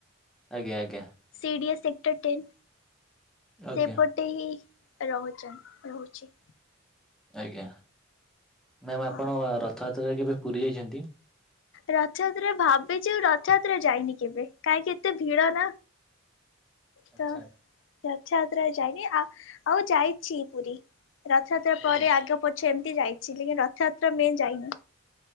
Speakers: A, in the centre; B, on the left.
A: ଆଜ୍ଞା ଆଜ୍ଞା
B: ସିଡିଏ ସେକ୍ଟର ଟେନ୍
A: ଆଜ୍ଞା
B: ସେପ ଗୋଟେ ରହୁଚନ୍ ରହୁଛି।
A: ଆଜ୍ଞା ମ୍ୟାମ୍ ଆପଣ
B: ହଁ।
A: ରଥଯାତ୍ରାରେ କେବେ ପୁରୀ ଯାଇଛନ୍ତି?
B: ରଥଯାତ୍ରା ଭାବିଛି ରଥଯାତ୍ରା ଯାଇନି କେବେ କାହିଁକି ଏତେ ଭିଡ ନା।
A: ଆଚ୍ଛା
B: ତ ରଥଯାତ୍ରା ଯାଇନି ଆ ଆଉ ଯାଇଛି ପୁରୀ ରଥଯାତ୍ରା ପରେ
A: ଆଜ୍ଞା
B: ଆଗ ପ ସେମିତି ଯାଇଛି ଲେକିନ୍ ରଥଯାତ୍ରା ମେନ୍ ଯାଇନି।